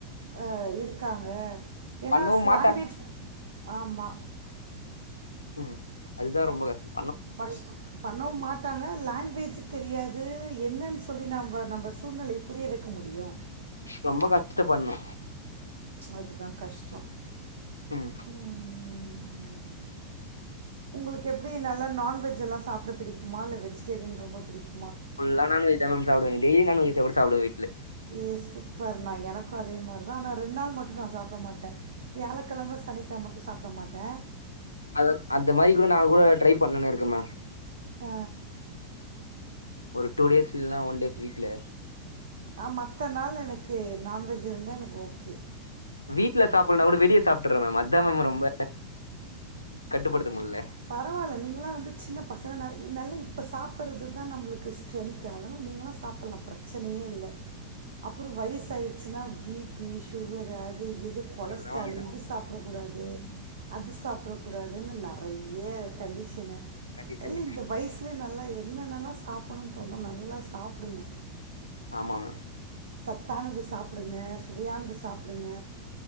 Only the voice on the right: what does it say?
ஆ இருக்காங்க ஏனா
ஸ்லாங்குவேஜ்
ஆமா
பஸ் பண்ணவு மாட் ட்டாங்க லாங்குவேஜ் தெரியாது என்னன்னு சொல்லி நம்ம நம்ப சூழ்நிலைய புரிய வக்க முடியு
அதுதா கஷ்டொ
ம் உங்களுக்கு எப்டி நல்லா நான்வெஜ்ல்லா சாப்ட பிடிக்குமா இல்ல வெஜிடேரியன் ரொம்ப பிடிக்
ஏ சூப்பர்ண்ணா எனக்கு அதே மாரி தா ஆனா ரெண்டு நாள் மட்டு நா சாப்ட மாட்டே வியாழக்கெழம சனிக்கெழம மட்டு சாப்ட மாட்டே
அ
ஆ மத்த நாள்ல எனக்கு நான்வெஜ் இருந்தா எனக்கு ஓகே
பரவால்ல நீங்களா வந்து சின்ன பசங்க நல்ல இப்போ சாப்புட்றது தா நம்மளுக்கு ஸ்ட்ரென்த்து அதல்லா நீங்களா சாப்புட்லா பிரச்சனையே இல்ல அப்புறு வயசு ஆயிடுச்சுனா பி பி சுகரு அது இது கொலஸ்ட்ராலு
இது சாப்ட்ற கூடாது அது சாப்புடக் கூடாதுன்னு நெறைய கண்டிஷனு
இல்ல இந்த வயசுலே நல்லா என்னெனல்லா சாப்ட்ணுனு தோணுதோ நல்லா சாப்புடுங்க
சத்தானது சாப்புடுங்க சுவையானது சாப்டுங்க